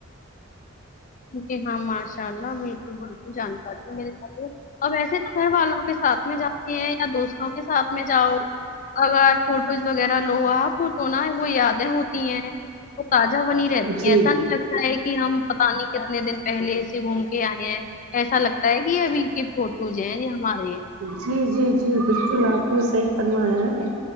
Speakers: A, on the left (about 35°); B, on the right (about 80°).
A: جی ہاں ماشاء اللہ بالکل بالکل جانکاری مل جاتی ہے اور ویسے نہ گھر والوں کے ساتھ میں جاتی ہے یا دوستوں کے ساتھ میں جاؤ اگر فوٹوز وغیرہ لو آ پ تو نا وہ یادیں ہو تی ہیں تو تازہ بنی رہتی
B: جی
A: ہیں ایسا نہیں لگتا ہے کہ ہم پتہ نہیں کتنے دن پہلے سے گھوم کے آئے ہیں ایسا لگتا ہے کہ ابھی کے فوٹوز ہیں ہمارے
B: جی جی جی بالکل آپ نے صحیح فرمایا ہے